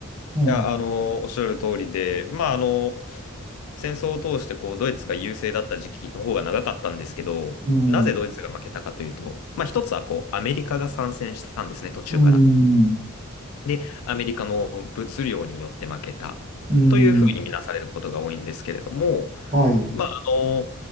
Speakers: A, on the right; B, on the left.
A: うん、
B: や、あの、おっしゃる通りで、まあ、あの、戦争を通して、こう、ドイツが優勢だった時期の方が長かったんですけど、
A: うん、
B: なぜドイツが負けたかというと、まあ、一つは、こう、アメリカが参戦したんですね、途中から。
A: うん、
B: で、アメリカの物量によって負けた
A: うん、
B: というふうに見なされることが多いんですけれども、
A: はい、
B: まあ、あの、